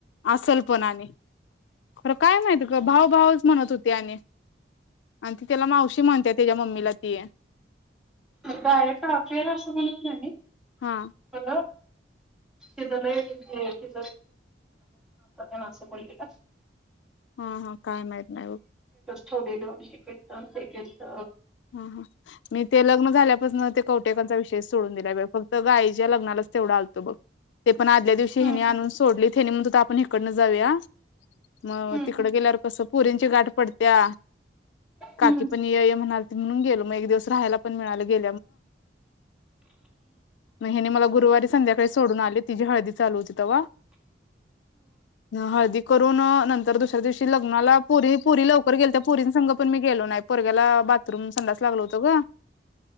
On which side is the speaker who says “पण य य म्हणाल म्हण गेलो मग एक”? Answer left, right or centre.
Left